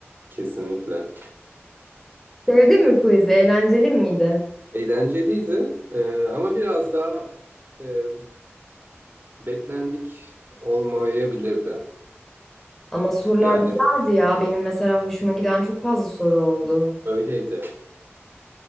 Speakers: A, on the right; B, in the centre.
A: kesinlikle.
B: Sevdin mi quiz'i? Eğlenceli miydi?
A: Eğlenceliydi Ee, ama biraz daha e, beklendik olmayabilirdi.
B: Ama sorular
A: Yani
B: güzeldi ya. Benim mesela hoşuma giden çok fazla soru oldu.
A: öyleydi,